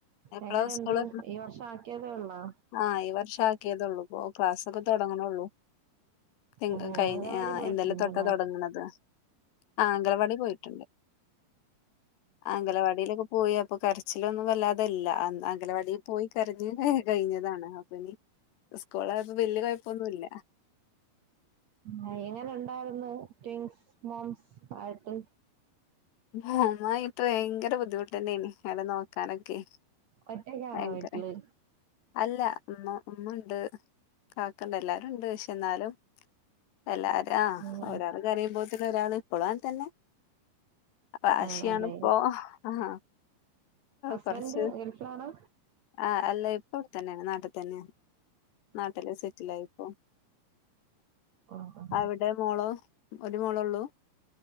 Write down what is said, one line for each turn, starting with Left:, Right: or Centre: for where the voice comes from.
Left: എപ്പളാ
Right: എങ്ങനെണ്ട്?
Left: സ്കൂള്
Right: ഈ വർഷാ ക്കിയതേ ള്ളൊ?
Left: ആഹ് ഈ വർഷാക്കിയതെള്ളൂ. പ്പോ ക്ലാസ്സൊക്കെ തുടങ്ങ്ണെ ള്ളൂ. എന്താ
Right: ഓഹ്
Left: കഴിഞ്ഞ
Right: അംഗൻവാടി
Left: ആഹ്
Right: പോയിട്ടുണ്ടോ
Left: ഇന്നലെ തൊട്ട തുടങ്ങണത്. ആഹ് അംഗലവാടി പോയിട്ടുണ്ട്. അംഗലവാടിയിലൊക്കെ പോയി അപ്പൊ കരച്ചിലൊന്നും വല്ലാതല്ല. അംഗലവാടിയിൽ പോയി കരഞ് കഴിഞ്ഞതാണ്. അപ്പൊ ഞ്ഞി സ്കൂളായപ്പോ വല്യ കുഴപ്പൊന്നുല്ല.
Right: ആഹ് എങ്ങനെ ഉണ്ടായിരുന്നു ട്വിൻസ് മോംസ് ആയിട്ട്.
Left: ആഹ് മ്മായിട്ട് ഭയങ്കര ബുദ്ധിമുട്ടന്നെ നി. അയ്നെ നോക്കാനൊക്കെ.
Right: ഒറ്റക്കാണോ
Left: ഭയങ്കര
Right: വീട്ടില്
Left: അല്ല മ്മ ഉമ്മ ണ്ട്. കാക്കണ്ട് എല്ലാരും ണ്ട്. പക്ഷെ ന്നാലും. എല്ലാരാ ആഹ്
Right: ഉം
Left: ഒരാള് കരേയുംപൊത്തിനും ഒരാള് ഇപ്പോളും അങ്ങൻ തന്നെ. വാശിയാണ്
Right: ആണല്ലേ
Left: ഇപ്പൊ ആഹ്
Right: ഹസ്ബൻഡ്
Left: കൊറച്ച്
Right: ഗൾഫിലാണോ
Left: ആഹ് അല്ല ഇപ്പൊ വ്ടെത്തന്നെ. നാട്ടി തന്നെ. നാട്ടില് സെറ്റിലായി പ്പോ
Right: ഉം ഉം
Left: അവിടെ മോളോ, ഒരു മോളോ ള്ളൂ?